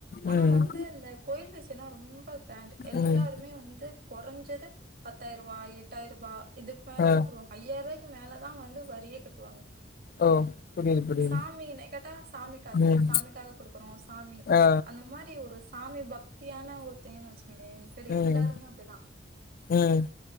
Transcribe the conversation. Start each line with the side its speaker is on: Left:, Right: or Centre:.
Right: ஆனா
Left: ம்
Right: வந்து இந்த கோயில் விசியனா ரொம் ப்ப கிராண்ட் எல்லாருமே
Left: ம்
Right: வந்து கொறஞ்சது பத்தாயிர ரூவா எட்டாயிர ரூபா இதுக்கு மேல
Left: ஆ
Right: தா போடுவாங்க ஐ ஆயிர க்கு மேல தா வந்து வரியே க பாங்க
Left: ஓ புரியுது புரியுது
Right: சாமி என்ன கேட்டா சாமி காசு
Left: ம்
Right: சாமிக்காக குடுக்குறோ சாமி
Left: ஆ
Right: அந்த மாரி ஒரு சாமி பக்தியான ஒருத்தேங்க வச்சு ஏன் செரி
Left: ம்
Right: எல்லாருமே அப்டிதா
Left: ம்